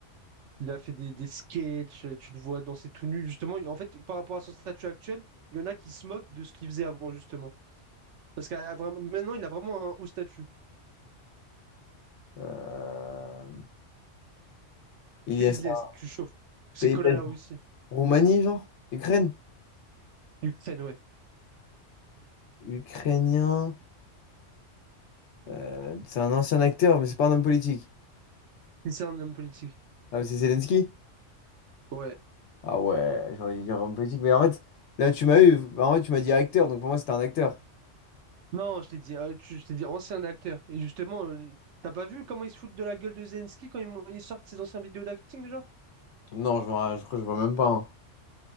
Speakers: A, on the right (about 75°); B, on the left (about 70°).
A: Il a fait des, des sketchs, euh, tu le vois danser tout nu. Justement, en fait, par rapport à son statut actuel, il y en a qui se moquent de ce qu'il faisait avant, justement. Parce qu'à à vra- maintenant, il a vraiment un haut statut.
B: Euh, Il
A: Pays
B: est c'est
A: de l'Est,
B: un
A: tu chauffes. C'est
B: pays.
A: collé
B: de
A: à
B: l'Est.
A: la Russie.
B: Roumanie, genre? Ukraine?
A: Ukraine, ouais.
B: Ukrainien. euh, c'est un ancien acteur, mais c'est pas un homme politique.
A: Et c'est un homme politique.
B: Ah, mais c'est Zelensky?
A: Ouais.
B: Ah ouais, j'aurais dû dire homme politique. Mais en fait, là où tu m'as eu, en fait, tu m'as dit acteur, donc pour moi, c'était un acteur.
A: Non, je t'ai dit, euh, tu- je t'ai dit ancien acteur. Et justement, euh, t'as pas vu comment ils se foutent de la gueule de Zelensky quand ils, mon- ils sortent ses anciens vidéos d'acting, genre?
B: Non, je vois, je crois que je vois même pas. hein.